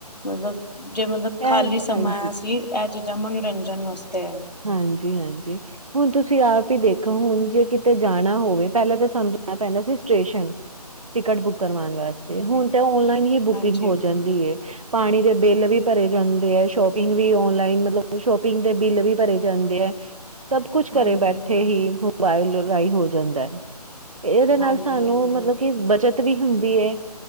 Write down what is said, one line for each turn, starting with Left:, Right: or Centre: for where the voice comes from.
Left: ਮਤਲਬ ਜੇ ਮਤਲਬ
Right: ਇਹ
Left: ਖਾਲੀ ਸਮਾਂ
Right: ਹਾਂਜੀ
Left: ਆ ਸੀ, ਇਹ ਚੀਜ਼ਾਂ ਮਨੋਰੰਜਨ ਵਾਸਤੇ ਹੈ।
Right: ਹਾਂਜੀ, ਹਾਂਜੀ। ਹੁਣ ਤੁਸੀਂ ਆਪ ਹੀ ਦੇਖੋ, ਹੁਣ ਜੇ ਕਿਤੇ ਜਾਣਾ ਹੋਵੇ, ਪਹਿਲਾਂ ਤਾਂ ਸਾਨੂੰ ਜਾਨਾ ਪੈਂਣਾ ਸੀ। ਸਟੇਸ਼ਨ।
Left: ਹ <inaudible>
Right: ਟਿਕਟ ਬੁੱਕ ਕਰਵਾਉਣ ਵਾਸਤੇ, ਹੁਣ ਤਾਂ ਓਨਲਾਈਨ ਹੀ ਬੁਕਿੰਗ
Left: ਹਾਂਜੀ
Right: ਹੋ ਜਾਂਦੀ। ਪਾਣੀ ਦੇ ਬਿੱਲ ਵੀ ਭਰੇ ਜਾਂਦੇ ਹੈ, ਸ਼ੋਪਿੰਗ ਵੀ ਔਨਲਾਈਨ, ਮਤਲਬ ਸ਼ੋਪਿੰਗ ਦੇ ਬਿੱਲ ਵੀ। ਭਰੇ ਜਾਂਦੇ ਹੈ, ਸਭ ਕੁਛ
Left: ਹਾਂਜੀ
Right: ਘਰੇ ਬੈਠੇ ਹੀ ਮੋਬਾਇਲ ਰਾਈ ਹੋ ਜਾਂਦਾ ਹੈ। ਇਹਦੇ ਨਾਲ
Left: ਹਾਂਜੀ
Right: ਸਾਨੂੰ
Left: ਹਾਂਜੀ
Right: ਮਤਲਬ, ਕਿ ਬੱਚਤ ਵੀ ਹੁੰਦੀ ਹੈ।